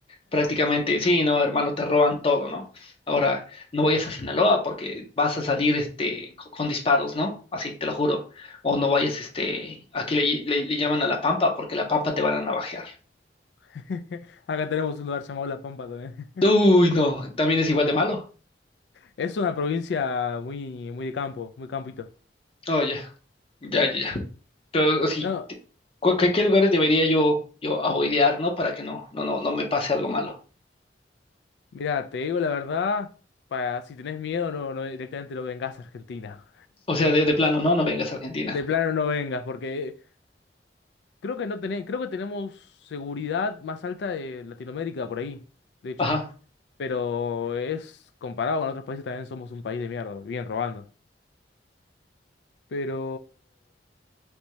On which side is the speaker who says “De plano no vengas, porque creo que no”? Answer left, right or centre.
Left